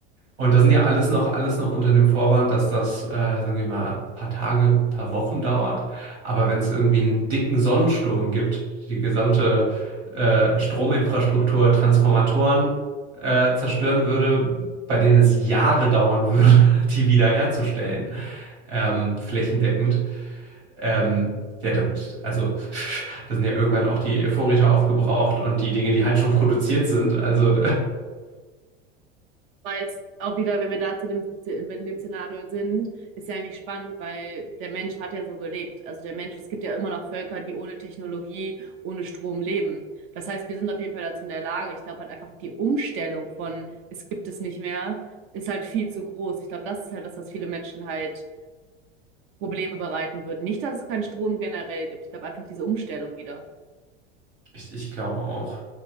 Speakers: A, on the right; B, on the right.
A: und das sind ja alles noch, alles noch unter dem Vorwand, dass das, äh, sagen wir mal, ein paar Tage, ein paar Wochen dauert. Aber wenn es irgendwie einen dicken Sonnensturm gibt, die gesamte äh, Strominfrastruktur, Transformatoren äh, zerstören würde, bei denen es Jahre dauern würde, <laughs> die wiederherzustellen, ähm, flächendeckend.
B: Der Grill.
A: Ähm, ja, da, also <laughs> da sind ja irgendwann auch die Vorräte aufgebraucht und die Dinge, die halt schon produziert sind. Also
B: weil jetzt auch wieder, wenn wir da zu dem, in dem Szenario sind, ist ja eigentlich spannend, weil der Mensch hat ja so gelebt. Also der Mensch, es gibt ja immer noch Völker, die ohne Technologie, ohne Strom leben. Das heißt, wir sind auf jeden Fall dazu in der Lage. Ich glaube halt einfach die Umstellung von es gibt es nicht mehr, ist halt viel zu groß. Ich glaube, das ist halt das, was viele Menschen halt Probleme bereiten würden. Nicht, dass es keinen Strom generell gibt. Ich glaube einfach diese Umstellung wieder.
A: <laughs> ich, ich glaube auch.